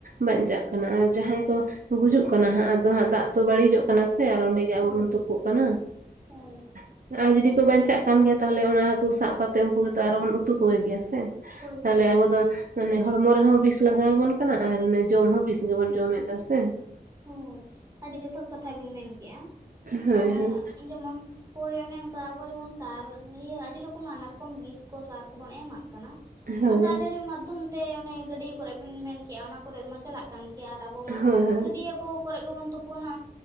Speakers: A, on the right; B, on the right.
A: ᱵᱟᱧᱪᱟᱜ ᱠᱟᱱᱟ ᱟᱨ ᱡᱟᱦᱟᱸᱭ ᱠᱚ ᱜᱩᱡᱩᱜ ᱠᱟᱱᱟ ᱦᱟᱸᱜ ᱟᱫᱚ ᱦᱟᱸᱜ ᱫᱟᱜ ᱛᱚ ᱵᱟᱹᱲᱤᱡᱚᱜ ᱠᱟᱱᱟ ᱥᱮ ᱟᱨ ᱚᱸᱰᱮ ᱡᱮ
B: ᱦᱳᱭ
A: ᱟᱵᱚ ᱵᱚᱱ ᱛᱩᱯᱩᱜ ᱠᱟᱱᱟ
B: ᱦᱳᱭ ᱦᱳᱭ
A: <unintelligible> ᱟᱨ ᱡᱩᱫᱤ ᱠᱚ ᱵᱟᱧᱪᱟᱜ ᱠᱟᱱ ᱜᱮᱭᱟ ᱛᱟᱦᱞᱮ ᱚᱱᱟ ᱦᱟᱠᱩ ᱥᱟᱵ ᱠᱟᱛᱮᱜ ᱩᱱᱠᱩ ᱜᱮᱛᱚ ᱟᱨᱚ ᱵᱚᱱ ᱩᱛᱩ ᱠᱚ ᱜᱮᱭᱟ ᱥᱮ ᱛᱟᱦᱚᱞᱮ
B: ᱦᱳᱭ
A: ᱟᱵᱚ ᱫᱚ ᱢᱟᱱᱮ ᱦᱚᱲᱢᱚ ᱨᱮᱦᱚᱸ ᱵᱤᱥ ᱞᱟᱜᱟᱣ ᱟᱵᱚᱱ ᱠᱟᱱᱟ ᱟᱨ ᱚᱱᱮ ᱡᱚᱢ ᱦᱚᱸ ᱵᱤᱥ ᱜᱮᱵᱚᱱ ᱡᱚᱢᱮᱫᱟ ᱥᱮ
B: ᱦᱳᱭ ᱟᱹᱰᱤ ᱡᱚᱛᱷᱟᱛ ᱠᱟᱛᱷᱟ ᱵᱮᱱ ᱢᱮᱱ ᱠᱮᱫᱮᱜᱼᱟ
A: ᱦᱳᱭ ᱦᱳᱭ
B: ᱡᱮᱢᱚᱱ ᱳᱭ ᱚᱱᱮ ᱚᱱᱠᱟ ᱟᱵᱚ ᱡᱮᱢᱚᱱ ᱥᱟᱨ ᱤᱭᱟᱹ ᱟᱹᱰᱤ ᱨᱚᱠᱚᱢ ᱱᱟᱱᱟ ᱨᱚᱠᱚᱢ ᱵᱤᱥ ᱠᱚ ᱥᱟᱨ ᱠᱚᱵᱚᱱ ᱮᱢᱟᱜ ᱠᱟᱱᱟ
A: ᱦᱳᱭ
B: ᱟᱨ ᱫᱟᱜ ᱡᱟᱹᱲᱤ ᱢᱟᱫᱽᱫᱷᱚᱢ ᱛᱮ ᱚᱱᱮ ᱜᱟᱹᱰᱤᱭᱟᱹ ᱠᱚᱨᱮ ᱵᱤᱱ ᱢᱮᱱ ᱠᱮᱫᱼᱟ ᱚᱱᱟ ᱠᱚᱨᱮ ᱢᱟ ᱪᱟᱞᱟᱜ ᱠᱟᱱ ᱜᱮᱭᱟ ᱟᱨ <unintelligible>
A: ᱦᱳᱭ ᱦᱳᱭ
B: ᱤᱭᱟᱹ ᱠᱚ ᱠᱚᱨᱮ ᱜᱮᱵᱚᱱ ᱛᱩᱯᱩᱱᱟ